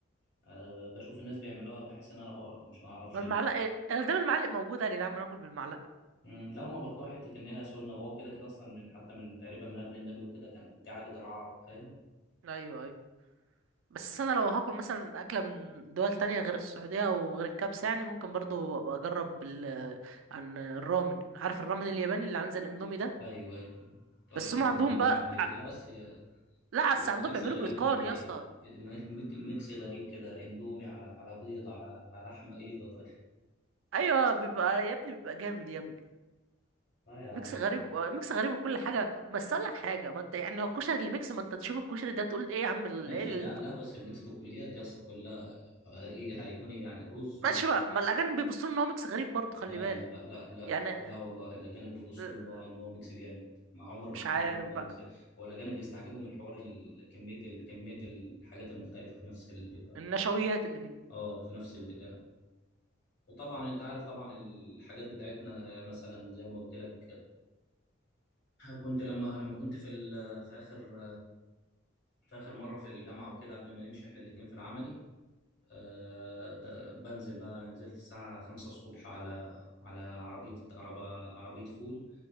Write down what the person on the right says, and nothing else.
ما المعلقه
إيه؟ انا دايما المعالق موجوده يا جدعان ما ناكل بالمعلقه
ايوه ايوه بس انا لو هاكل مثلا اكله من دول تانية غير السعوديه وغير الكبسه يعني ممكن برضو أبقى اجرب ال- عن الرامن عارف الرامن الياباني اللي عن زي الاندومي ده
بس
هم عندهم
بقى
ع-
لا بس
عندهم
بيعملوه
باتقان
يا
اسطى
ايوه بيبقى يا ابني بيبقى جامد يا ابني
ميكس
غريب آه، ميكس غريب وكل حاجه بس اقول لك حاجه ما انت يعني هو الكشري اللي ميكس ما انت تشوف الكشري ده تقول ايه يا عم ال-
ايه ال-
ماشي بقى ما الاجانب بيبصوا ان هو ميكس غريب برضه خلي
بالك
يعني
آه،
مش
عارف
بقى
النشويات اللي فيه